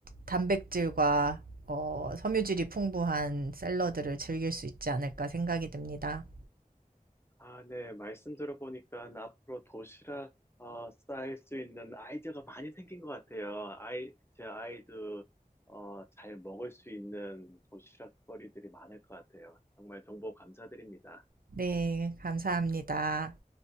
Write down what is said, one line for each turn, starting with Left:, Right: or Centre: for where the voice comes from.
Right: 단백질과 어 섬유질이 풍부한 샐러드를 즐길 수 있지 않을까 생각이 듭니다.
Left: 아, 네. 말씀 들어보니까 앞으로 도시락 어, 쌓일 수 있는 아이디어가 많이 생긴 것 같아요. 아이, 제 아이도 어, 잘 먹을 수 있는 도시락거리들이 많을 것 같아요. 정말 정보 감사드립니다.
Right: 네, 감사합니다.